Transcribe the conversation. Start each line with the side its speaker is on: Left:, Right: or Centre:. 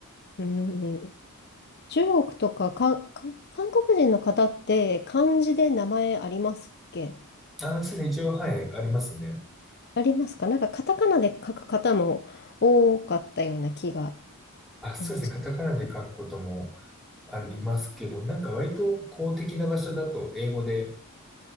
Left: うん。中国とか、かか韓国人の方って漢字で名前ありますっけ
Centre: あ、そうですね、一応、はい、ありますね。
Left: ありますかなんかカタカナで書く方も多かったような気が、
Centre: あ、そうですね、
Left: うん、しますけど
Centre: カタカナで書くこともありますけど、なんか割と公的な場所だと英語で